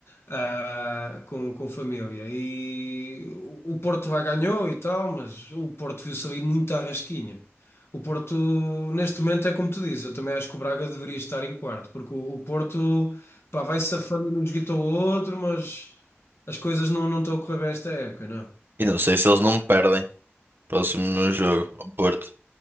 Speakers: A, on the left; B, on the right.
A: ah, com, com família. E o o Porto lá ganhou e tal, mas o Porto viu-se ali muito à rasquinha. O Porto, neste momento, é como tu dizes, eu também acho que o Braga deveria estar em quarto, porque o, o Porto, pá, vai safando num joguito ao outro, mas as coisas não, não estão a correr bem esta época, não.
B: E não sei se eles não perdem. Próximo no jogo, o Porto.